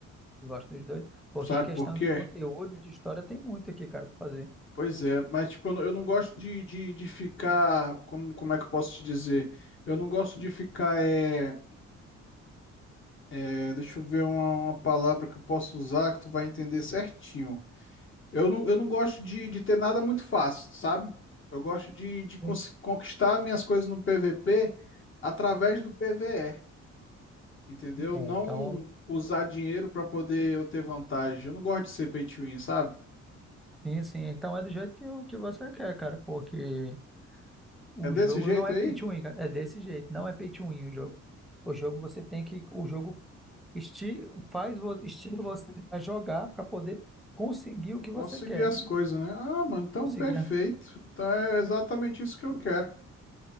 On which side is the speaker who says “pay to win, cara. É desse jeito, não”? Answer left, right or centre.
Centre